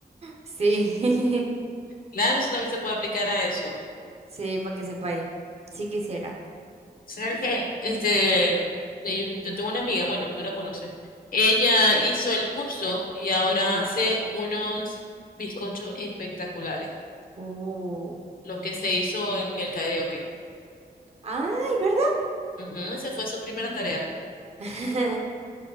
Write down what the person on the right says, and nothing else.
Sí,
<laughs> sí, para que sepa ahí. Sí quisiera.
Ujú.
Uh.
Ay, ¿verdad?
<laughs>